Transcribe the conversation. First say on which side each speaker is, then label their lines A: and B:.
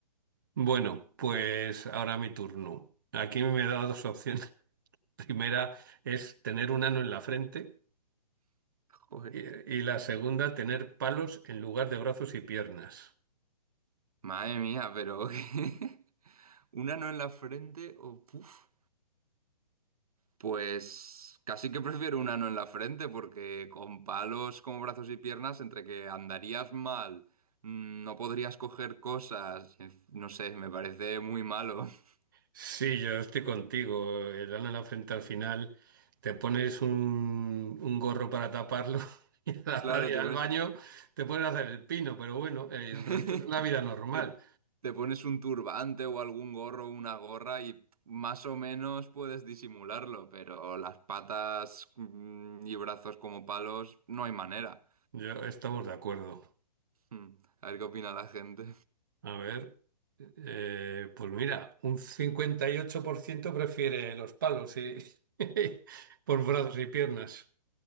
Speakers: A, on the right (about 30°); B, on the right (about 65°).
A: Bueno, pues ahora mi turno. Aquí me he dado dos opciones. <laughs> La primera es tener un ano en la frente
B: Joder,
A: y, y la segunda tener palos en lugar de brazos y piernas.
B: madre mía, pero <laughs> un ano en la frente o puf, pues casi que prefiero un ano en la frente porque con palos como brazos y piernas, entre que andarías mal, mm, no podrías coger cosas, y en- no sé, me parece muy malo. <laughs>
A: Sí, yo estoy contigo. El ano en la frente al final te pones un, un gorro para taparlo <laughs> y a la
B: Claro,
A: hora de ir
B: te
A: al
B: pones,
A: baño te puedes hacer el pino, pero bueno, eh,
B: <laughs>
A: el resto es una vida normal.
B: Te, te pones un turbante o algún gorro una gorra y más o menos puedes disimularlo, pero las patas mm, y brazos como palos no hay manera.
A: Yo estamos de acuerdo.
B: Mm, A ver qué opina la gente.
A: A ver, eh, pues mira, un 58% prefiere los palos y <laughs> por brazos y piernas.